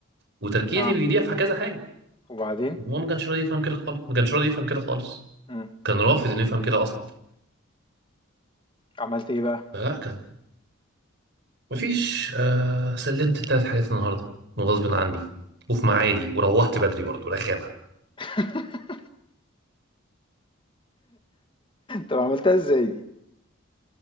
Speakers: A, on the right; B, on the left.
A: وتركيزي
B: اه
A: بيضيع في كذا حاجة
B: وبعدين
A: وهو ما كانش راضي يفهم كده خالص ما كانش راضي يفهم كده خالص
B: مم.
A: كان رافض انه يفهم كده اصلا
B: عملت ايه بقى
A: فلا كان مفيش آه سلمت التلات حاجات النهاردة غصب عني وفي ميعادي وروحت بدري برضه رخامة
B: <laughs> طب عملتها ازاي دي